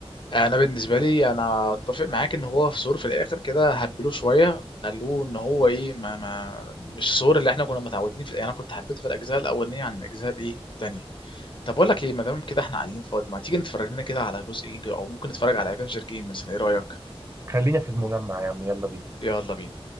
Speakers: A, on the left; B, on the right.
A: انا بالنسبه لي انا اتفق معاك ان هو في ثور في الاخر كده هبلوه شويه خلوه ان هو ايه ما ما مش ثور اللي احنا كنا متعودين في يعني انا كنت حبيته في الاجزاء الاولانيه عن الاجزاء الايه التانيه طب اقول لك ايه ما دام كده احنا قاعدين فاضي ما تيجي نتفرج لنا كده على جزء ايه او ممكن نتفرج على افنجر جيم مثلا ايه رايك
B: خلينا في المجمع يا عم يلا بينا
A: يلا بينا